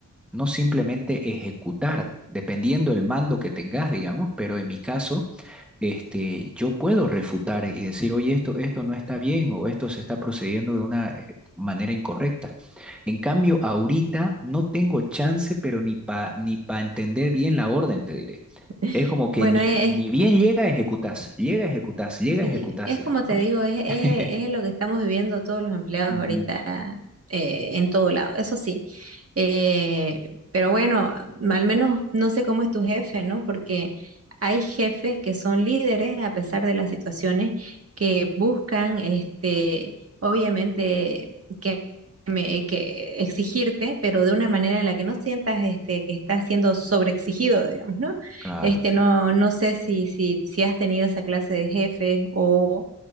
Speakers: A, in the centre; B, on the right (about 45°).
A: no simplemente ejecutar, dependiendo el mando que tengas, digamos, pero en mi caso, este, yo puedo refutar y decir, oye, esto, esto no está bien o esto se está procediendo de una eh, manera incorrecta. En cambio, ahorita no tengo chance, pero ni para ni pa entender bien la orden, te diré.
B: Mm.
A: Es como que
B: Bueno,
A: ni,
B: e-
A: ni
B: es,
A: bien llega, ejecutás, llega, ejecutás, llega,
B: Sí,
A: ejecutás,
B: es
A: digamos,
B: como te
A: ¿no?
B: digo, es, es,
A: <laughs>
B: es lo que estamos viviendo todos los empleados
A: Ujú.
B: ahorita eh, en todo lado, eso sí. Eh, pero bueno, al menos no sé cómo es tu jefe, ¿no? Porque hay jefes que son líderes a pesar de las situaciones que buscan, este, obviamente, que me- eh, que exigirte, pero de una manera en la que no sientas este, que estás siendo sobreexigido, digamos, ¿no?
A: Claro,
B: Este,
A: sí.
B: no, no sé si, si, si has tenido esa clase de jefes o,